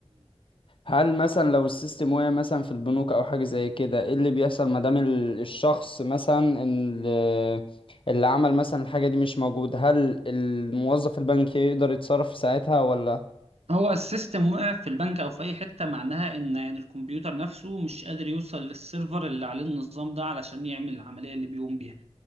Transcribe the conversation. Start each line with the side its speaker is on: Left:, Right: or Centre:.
Left: هل مثلا لو السيستم وقع مثلا في البنوك او حاجه زي كده ايه اللي بيحصل ما دام ال- الشخص مثلا ال- اللي عمل مثلا الحاجه دي مش موجود هل الموظف البنكي يقدر يتصرف في ساعتها ولا
Right: هو السيستم وقع في البنك او في اي حته معناها ان يعني الكمبيوتر نفسه مش قادر يوصل للسيرفر اللي عليه النظام ده علشان يعمل العمليه اللي بيقوم بيها